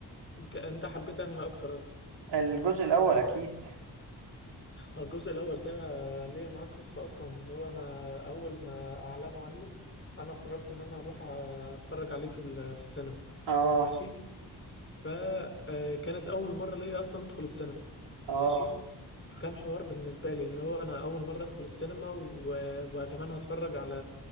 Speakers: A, on the left; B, on the right.
A: ك... انت حبيت انهي اكتر اصلا
B: الجزء الاول اكيد
A: الجزء الأول ده ليا معاه قصة أصلا اللي هو أنا أول ما أعلنوا عنه أنا قررت إن أنا أروح أتفرج عليه في ال- في السينما
B: اه
A: ماشي فكانت اول مره ليا اصلا ادخل السينما
B: اه
A: ماشي فكان حوار بالنسبه لي اللي هو انا اول مره ادخل السينما و- وكمان هتفرج على